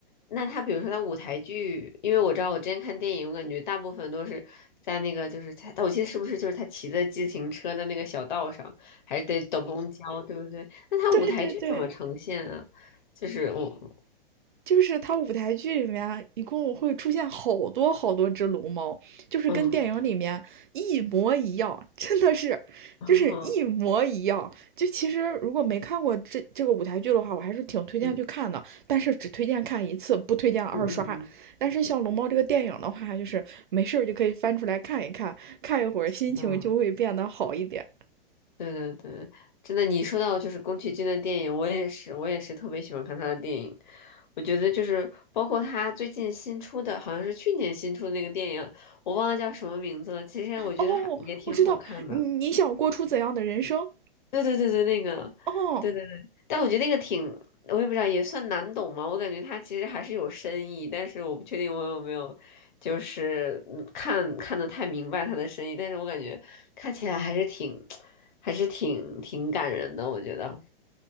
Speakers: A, on the left; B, on the right.
A: 那他比如说他舞台剧，因为我知道我之前看电影，我感觉大部分都是在那个就是他，我记得是不是就是他骑着自行车的那个小道上，还是得等公交，对不对？那他舞台剧怎么呈现啊？
B: 对对对，
A: 就是我，
B: 就是它舞台剧里面一共会出现好多好多只龙猫，就是跟电影里面一模一样，
A: 嗯，
B: 真的是，
A: <laughs> 哦，
B: 就是一模一样。就其实如果没看过这这个舞台剧的话，我还是挺推荐去看的，
A: 嗯
B: 但是只推荐看一次，不推荐二刷。
A: 嗯嗯
B: 但是像《龙猫》这个电影的话，就是没事儿就可以翻出来看一看，看一会儿心情就会变得好一点。
A: 嗯，嗯。对对对，真的，你说到就是宫崎骏的电影，我也是，我也是特别喜欢看他的电影。我觉得就是包括他最近新出的，好像是去年新出的那个电影，我忘了叫什么名字了。其实我觉得还也挺好看的。
B: 哦，我知道你你想过出怎样的人生。
A: 对对对对，那个，
B: 哦，
A: 对对对，但我觉得那个挺，我也不知道，也算难懂嘛。我感觉它其实还是有深意，但是我不确定我有没有，就是嗯看看得太明白它的深意。但是我感觉看起来还是挺，还是挺挺感人的，我觉得。